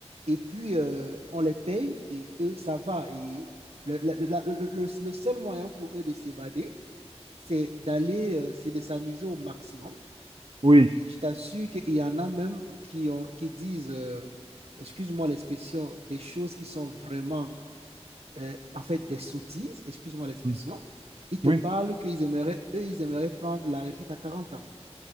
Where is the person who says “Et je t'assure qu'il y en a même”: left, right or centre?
Right